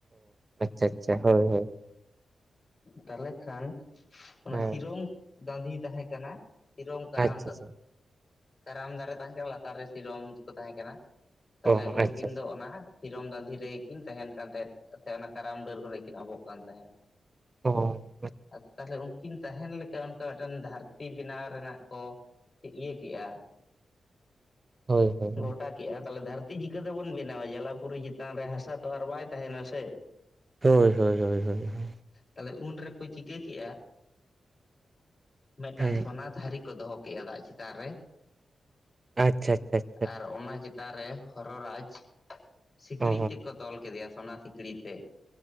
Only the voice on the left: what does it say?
ᱛᱟᱦᱚᱞᱮ ᱠᱷᱟᱱ ᱚᱱᱟ
ᱥᱤᱨᱚᱢ ᱫᱟᱸᱫᱷᱤ ᱛᱟᱦᱮᱸ ᱠᱟᱱᱟ᱾ ᱥᱤᱨᱚᱢ ᱠᱟᱨᱟᱢ
ᱠᱟᱨᱟᱢ ᱫᱟᱨᱮ ᱛᱟᱦᱮᱸ ᱠᱟᱱᱟ ᱞᱟᱛᱟᱨ ᱨᱮ ᱥᱤᱨᱚᱢ ᱠᱚ ᱛᱟᱦᱮᱸ ᱠᱟᱱᱟ᱾ ᱛᱟᱦᱚᱞᱮ
ᱩᱱᱠᱤᱱ
ᱫᱚ ᱚᱱᱟ ᱛᱤᱨᱚᱢ ᱫᱟᱸᱫᱷᱤ ᱨᱮᱜᱮ ᱠᱤᱱ ᱛᱟᱦᱮᱱ ᱠᱟᱱ ᱛᱟᱦᱮᱸᱫ ᱥᱮ ᱚᱱᱟ ᱠᱟᱨᱟᱢ ᱰᱟᱹᱨ ᱠᱚᱨᱮ ᱠᱤᱱ ᱟᱵᱚᱜ ᱠᱟᱱ ᱛᱟᱦᱮᱸᱫ
ᱟᱨ ᱛᱟᱞᱦᱮ ᱩᱱᱠᱤᱱ ᱛᱟᱦᱮᱱ ᱞᱮᱠᱟ ᱚᱱᱠᱟ ᱢᱤᱫᱴᱮᱱ ᱫᱷᱟᱹᱨᱛᱤ ᱵᱮᱱᱟᱣ ᱨᱮᱱᱟᱜ ᱠᱚ ᱤᱭᱟᱹ ᱠᱮᱜᱼᱟ
ᱜᱚᱴᱟ ᱠᱮᱜᱼᱟ ᱛᱟᱞᱦᱮ ᱫᱷᱟᱹᱨᱛᱤᱼᱼ ᱤᱱᱠᱟᱹ ᱛᱮᱵᱚᱱ ᱵᱮᱱᱟᱣᱟ ᱡᱟᱞᱟᱯᱩᱨᱤ ᱪᱮᱛᱟᱱ ᱨᱮ ᱦᱟᱥᱟ ᱛᱚ ᱟᱨ ᱵᱟᱭ ᱛᱟᱦᱮᱱᱟ ᱥᱮ
ᱛᱟᱞᱦᱮ ᱩᱱ ᱨᱮᱠᱚ ᱪᱤᱠᱟᱹ ᱠᱮᱜᱼᱟ? ᱴᱷᱟᱝ-ᱴᱷᱚᱜ ᱢᱤᱫᱴᱟᱝ
ᱥᱚᱱᱟ ᱛᱷᱟᱹᱨᱤ ᱠᱚ ᱫᱚᱦᱚ ᱠᱮᱜ-ᱟ ᱫᱟᱜ ᱪᱮᱛᱟᱱ ᱨᱮ
ᱟᱨ ᱚᱱᱟ ᱪᱮᱛᱟᱱ ᱨᱮ ᱦᱚᱨᱚ ᱨᱟᱡᱽ ᱥᱤᱠ-ᱲᱤᱡ
ᱛᱮᱠᱚᱼᱼ ᱛᱚᱞ ᱠᱮᱫᱮᱭᱟ ᱥᱚᱱᱟ ᱥᱤᱠᱲᱤ ᱛᱮ